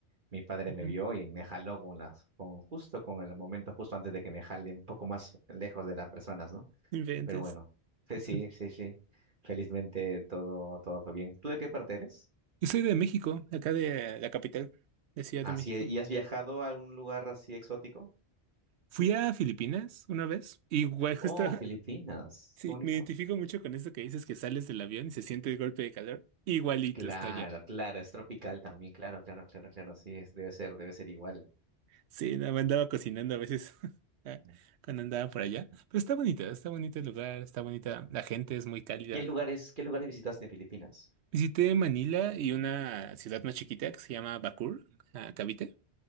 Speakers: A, on the right; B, on the right.
A: Mi padre
B: Ujú.
A: me vio y me jaló con las, con justo con el momento justo antes de que me jale un poco más lejos de las personas, ¿no?
B: Inventes.
A: Pero bueno, sí,
B: Ujú.
A: sí, sí, sí. Felizmente todo, todo fue bien. ¿Tú de qué parte eres?
B: Yo soy de México, acá de la capital, de Ciudad
A: Así,
B: de México.
A: ¿y has viajado a algún lugar así exótico?
B: Fui a Filipinas una vez. Igual, justo,
A: Oh,
B: <laughs>
A: Filipinas,
B: sí,
A: qué bonito.
B: me identifico mucho con esto que dices que sales del avión y se siente el golpe de calor. Igualito
A: Claro,
B: está allá.
A: claro, es tropical también, claro, claro, claro, claro, sí, es, debe ser, debe ser igual.
B: Sí, no, me andaba cocinando a veces <laughs> ah, cuando andaba por allá. Pero está bonita, está bonito el lugar, está bonita. La gente es muy cálida.
A: ¿Qué lugares, qué lugares visitaste en Filipinas?
B: Visité Manila y una ciudad más chiquita que se llama Bakur, ah, Cavite.